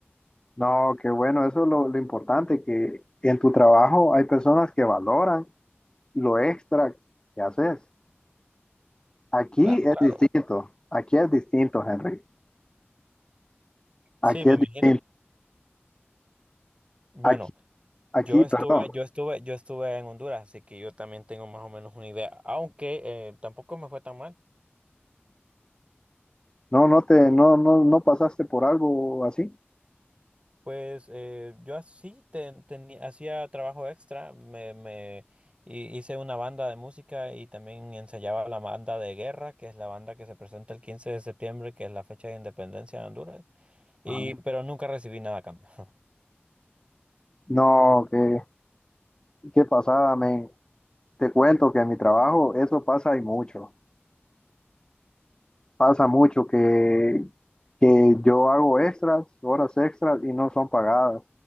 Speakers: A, on the left (about 20°); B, on the right (about 25°).
A: No, qué bueno, eso es lo, lo importante, que en tu trabajo hay personas que valoran lo extra que haces. Aquí
B: Claro,
A: es
B: claro.
A: distinto, aquí es distinto, Henry. Aquí
B: Sí, me
A: es
B: imagino.
A: distinto.
B: Bueno.
A: Aquí, aquí,
B: Yo estuve,
A: perdón.
B: yo estuve, yo estuve en Honduras, así que yo también tengo más o menos una idea, aunque eh, tampoco me fue tan mal.
A: No, no te, no, no, no pasaste por algo así.
B: Pues eh, yo así ten- tenía- hacía trabajo extra, me, me hi- hice una banda de música y también ensayaba la banda de guerra, que es la banda que se presenta el 15 de septiembre, que es la fecha de independencia de Honduras, y
A: Ajá.
B: pero nunca recibí nada a cambio. <laughs>
A: No, qué, qué pasada, men. Te cuento que en mi trabajo eso pasa y mucho. Pasa mucho que, que yo hago extras, horas extras y no son pagadas.